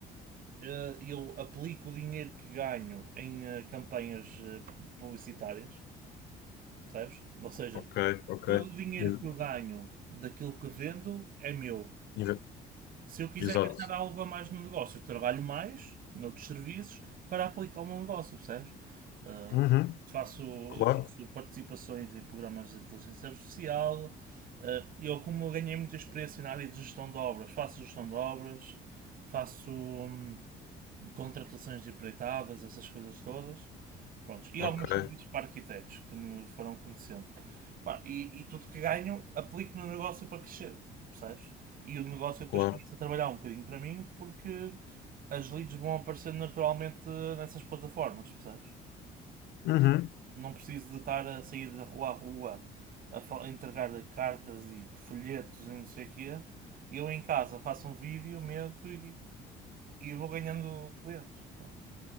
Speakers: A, on the right; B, on the left.
A: eh, eu aplico o dinheiro que ganho em eh, campanhas eh, publicitárias, percebes? Ou seja,
B: Ok, ok.
A: todo o dinheiro
B: In-
A: que eu ganho daquilo que vendo é meu.
B: in-
A: Se eu quiser
B: Exato.
A: gastar algo a mais no negócio, eu trabalho mais noutros serviços para aplicá-lo no negócio, percebes? Ah,
B: Uhum.
A: faço,
B: Claro.
A: faço participações em programas de inteligência artificial. ah, eu, como ganhei muita experiência na área de gestão de obras, faço gestão de obras, faço hum, contratações de empreitadas, essas coisas todas. Prontos. E
B: Ok,
A: alguns serviços para arquitetos que me foram conhecendo. Pá, e, e tudo que ganho aplico no negócio para crescer, percebes? E o negócio depois
B: claro.
A: começa a trabalhar um bocadinho para mim porque as leads vão aparecendo naturalmente nessas plataformas, percebes?
B: Uhum.
A: Não preciso de estar a sair da rua a rua a fa- a entregar cartas e folhetos e não sei o quê. Eu em casa faço um vídeo, meto e, e vou ganhando clientes. Pronto.